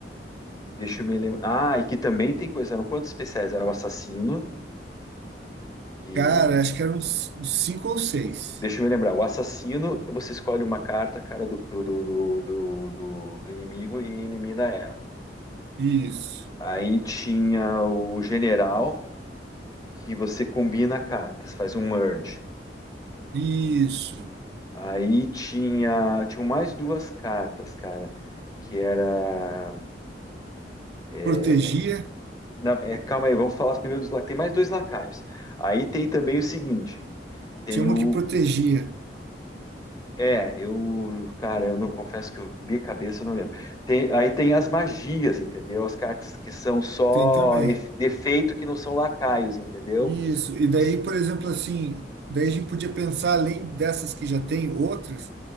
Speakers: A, on the left; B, on the right.
A: Deixa eu me lembrar. Ah, e que também tem coisa. Eram quantos especiais? Era o assassino, que
B: Cara, acho que eram uns, uns cinco ou seis.
A: Deixa eu me lembrar. O assassino, você escolhe uma carta, cara, do, do, do, do, do, do- do inimigo e elimina ela.
B: Isso.
A: Aí tinha o general, que você combina cartas, faz um merge.
B: Isso.
A: Aí tinha, tinha mais duas cartas, cara, que era... é,
B: Protegia.
A: na- é, calma aí, vamos falar primeiro dos... la- Tem mais dois lacaios. Aí tem também o seguinte, tem
B: Tinha uma
A: o,
B: que protegia.
A: É, eu, cara, eu não confesso que eu de cabeça eu não lembro. Tem- aí tem as magias, entendeu? As cartas que são só
B: Tem também.
A: ef- defeito que não são lacaios, entendeu?
B: Isso. E daí,
A: Assim,
B: por exemplo, assim, daí a gente podia pensar, além dessas que já tem, outras,